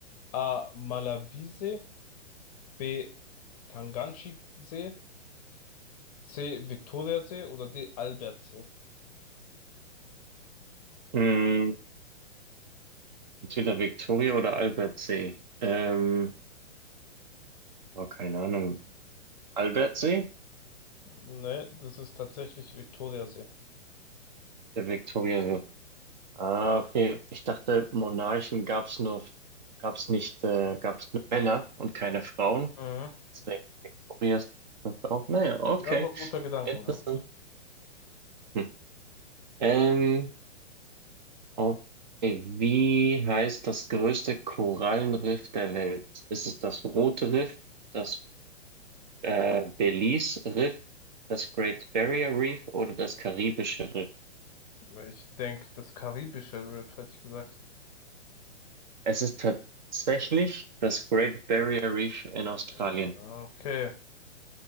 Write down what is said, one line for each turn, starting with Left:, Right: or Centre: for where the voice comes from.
Left: A. Malawisee, B. Tanganschi-See, C. Viktoriasee oder D. Albertsee?
Right: Hm, entweder Victoria oder Albertsee. Ähm, oh, keine Ahnung. Albertsee?
Left: Ne, das ist tatsächlich Viktoriasee.
Right: Der Victoriasee. Ah, okay. Ich dachte, Monarchen gab's nur, gab's nicht, äh, gab's nur Männer und keine Frauen.
Left: Mhm.
Right: deswegen. Maria ist eine Frau. Naja, okay.
Left: Ja, aber guter Gedankengang.
Right: Interessant. Hm. Ähm, okay. Wie heißt das größte Korallenriff der Welt? Ist es das Rote Riff, das äh, Belize Riff, das Great Barrier Reef oder das Karibische Riff?
Left: Weil ich denke, das karibische Riff hätte ich gesagt.
Right: Es ist tatsächlich das Great Barrier Reef in Australien.
Left: Ah, Okay.